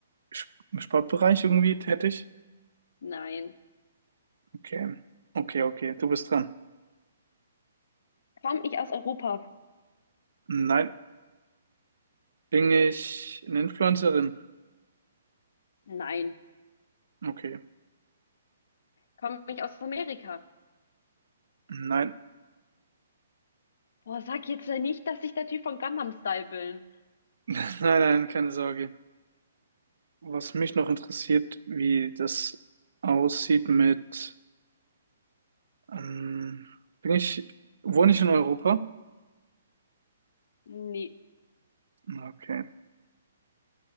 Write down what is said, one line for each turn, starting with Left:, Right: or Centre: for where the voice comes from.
Right: Sp- im Sportbereich irgendwie tätig?
Left: Nein.
Right: Okay. Okay, okay. Du bist dran.
Left: Komme ich aus Europa?
Right: Nein. Bin ich eine Influencerin?
Left: Nein.
Right: Okay.
Left: Komme ich aus Amerika?
Right: Nein.
Left: Boah, sag jetzt ja nicht, dass ich der Typ von Gangnam Style bin.
Right: <laughs> Nein, nein, keine Sorge. Was mich noch interessiert, wie das aussieht mit Ähm, bin ich, wohne ich in Europa?
Left: Nee.
Right: Okay.